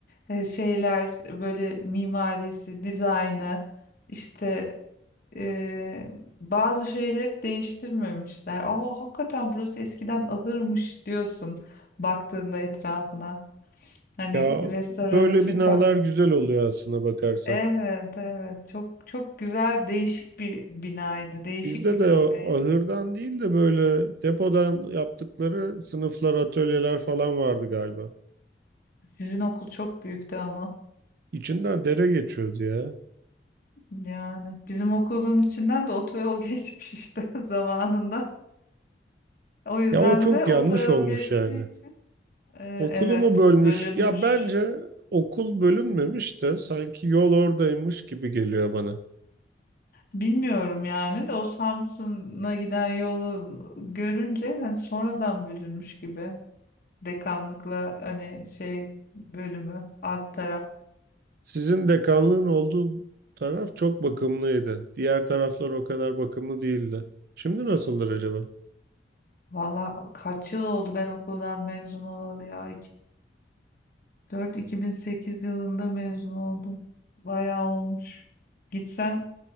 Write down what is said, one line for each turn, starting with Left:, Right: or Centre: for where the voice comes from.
Left: Ee, şeyler böyle mimarisi, dizaynı işte e, bazı şeyleri değiştirmemişler. Aa hakikaten burası eskiden ahırmış diyorsun baktığında etrafına. Hani
Right: Ya
Left: restoran
Right: böyle
Left: için
Right: binalar
Left: ka-
Right: güzel oluyor aslında bakarsan.
Left: evet evet çok çok güzel değişik bir binaydı, değişik
Right: Bizde
Left: bir
Right: de
Left: kafeydi.
Right: o ahırdan değil de böyle depodan yaptıkları sınıflar, atölyeler falan vardı galiba.
Left: Sizin okul çok büyüktü ama.
Right: İçinden dere geçiyordu ya.
Left: Yani bizim okulun içinden de otoyol <laughs> geçmiş işte <laughs> zamanında. O yüzden
Right: Ya o çok
Left: de otoyol
Right: yanlış olmuş
Left: geçtiği
Right: yani.
Left: için e,
Right: Okulu
Left: evet
Right: mu bölmüş?
Left: bölünmüş.
Right: Ya bence okul bölünmemiş de sanki yol oradaymış gibi geliyor bana.
Left: Bilmiyorum yani de o Samsun'a giden yolu görünce hani sonradan bölünmüş gibi. Dekanlıkla hani şey bölümü alt taraf.
Right: Sizin dekanlığın olduğu taraf çok bakımlıydı. Diğer taraflar o kadar bakımlı değildi. Şimdi nasıldır acaba?
Left: Valla kaç yıl oldu ben okuldan mezun olalı ya. 2004-2008 yılında mezun oldum. Bayağı olmuş. Gitsem